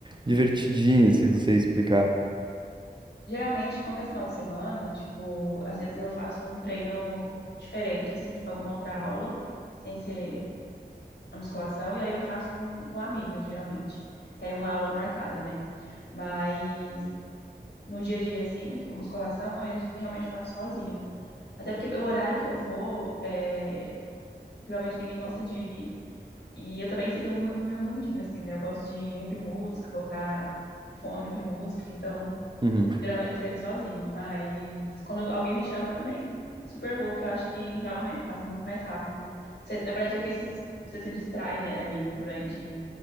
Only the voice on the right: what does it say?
divertidinha, assim, não sei explicar.
Uhum.